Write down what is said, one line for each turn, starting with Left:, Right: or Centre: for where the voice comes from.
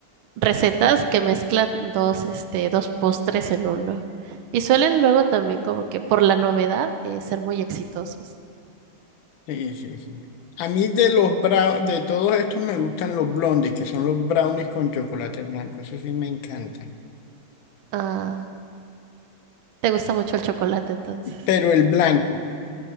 Right: recetas que mezclan dos, este, dos postres en uno. Y suelen luego también como que por la novedad eh, ser muy exitosos.
Left: sí, sí. sí. A mí de los brownies, de todos estos me gustan los blondes, que son los brownies con chocolate blanco, eso sí me encantan.
Right: Ah, ¿te gusta mucho el chocolate entonces?
Left: Pero el blanco,